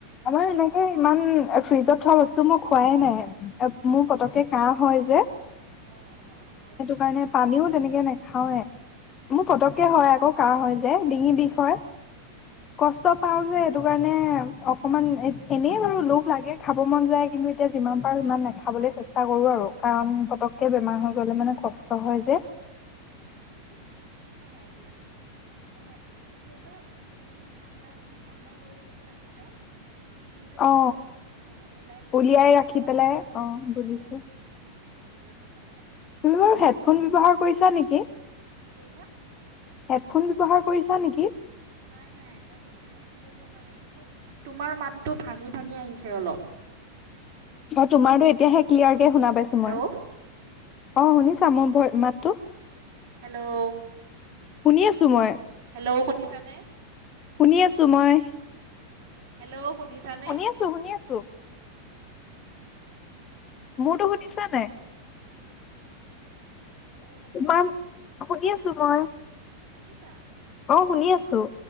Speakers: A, on the left; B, on the right.
A: আমাৰ
B: অঁ
A: এনেকে ইমান এ ফ্ৰিজত থোৱা বস্তু মই খোৱাই নাই। এ মোৰ
B: অঁ
A: পতকে কাহ হয় যে সেইটো
B: অঁ অঁ অঁ নালাগে নাখাবা
A: কাৰণে
B: নাখাবা
A: পানীও
B: ইমান
A: তেনেকে নাখাওৱে। মোৰ
B: উম
A: পতককে
B: উম
A: হয় আকৌ কাহ হৈ যায়। ডিঙি বিষ হয়।
B: উম উম
A: কষ্ট পাওঁ যে। সেইটো কাৰণে অকমান এ এনেই বাৰু লোভ লাগে খাব মন যায় কিন্তু এতিয়া যিমান পাৰো সিমান নাখাবলৈ চেষ্টা কৰো আৰু কাৰণ পতককে
B: উম উম উম
A: বেমাৰ হয় গ'লে মানে কষ্ট হয় যে।
B: উম হম বুজছো একো নাই দিয়া মানে কি কৰিবা তুমি ঠাণ্ডা ঠাণ্ডা কৰি বেছি নাখাবা। ফিজৰ
A: অ
B: পৰা মানে ওলাই থবা
A: উলিয়াই
B: এঘণ্টা
A: ৰাখি পেলাই
B: দুঘণ্টা
A: অ
B: পিছত
A: বুজিছো
B: অ' সেনেকৈ খাবা মানে।
A: তুমি
B: ঠাণ্ডা
A: বাৰু হেডফোন
B: ভাৱটো নহয়
A: ব্যৱহাৰ কৰিছা।
B: গৰম
A: ছা নেকি
B: কি কৈছা?
A: হেডফোন ব্যৱহাৰ কৰিছা নেকি?
B: নাই নাই। মই তোমাৰ হেডফোন ব্যৱহাৰ কৰা নাই কিন্তু তোমাৰ মাতটো ভাঙি ভাঙি আহিছে অলপ।
A: অ তোমাৰো এতিয়াহে ক্লিয়াৰ এতিয়া শুনা পাইছো
B: হেল্ল'
A: মই অ শুনিছা মোৰ মাতটো
B: হেল্ল'
A: শুনি আছো মই
B: হেল্ল' শুনিছানে
A: শুনি আছো মই
B: হেল্ল' শুনিছানে
A: শুনি আছো শুনি আছো মোৰতো শুনিছা নাই
B: হেল্ল' হেল্ল'
A: তোমাৰ শুনি আছো মই
B: শুনিছা
A: অঁ শুনি আছোঁ